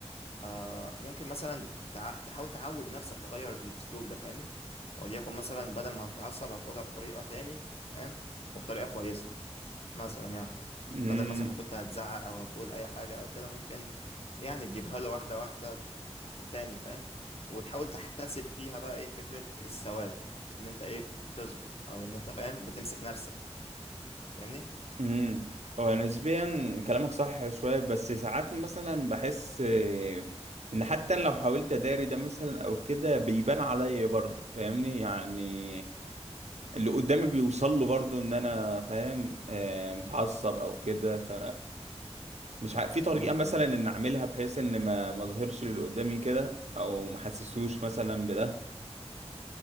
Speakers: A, on the left; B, on the right.
A: آه ممكن مثلا تع- تحاول تعود نفسك تغير الاسلوب ده فاهمني وليكن مثلا بدل ما هتتعصب هتقولها بطريقة تاني فاهم وبطريقة كويسة مثلا يعني
B: امم
A: بدل مثلا ما كنت هتزعق او هتقول اي حاجة او كده ممكن يعني تجيبها له واحدة واحدة ب- تاني فاهم وتحاول تحتسب فيها بقى ايه فكرة الثواب ان انت ايه بتصبر او ان انت فاهم بتمسك نفسك فاهمني
B: امم هو نسبيا كلامك صح شويه بس ساعات مثلا بحس آه، ان حتى لو حاولت اداري ده مثلا او كده بيبان عليا برضه فاهمني يعني اللي قدامي بيوصل له برضه ان انا فاهم آه، متعصب او كده ف مش ع... في طريقه
A: م-
B: مثلا
A: م.
B: ان اعملها بحيث ان ما ما اظهرش اللي قدامي كده او ما احسسهوش مثلا بده